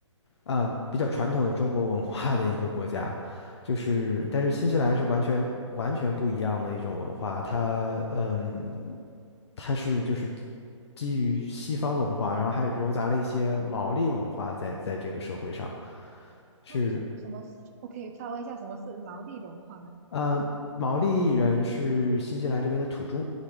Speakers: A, on the left (about 55°); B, on the right (about 30°).
A: 嗯，比较传统的中国文化的一个国家，就是但是新西兰是完全完全不一样的一种文化，
B: 嗯，
A: 它嗯，它是就是基于西方文化，然后还糅杂了一些毛利文化在在这个社会上，是。
B: 那什么什么？我可以发问一下，什么是毛利融化吗？
A: 呃，毛利人是新西兰这边的土著，
B: 嗯嗯，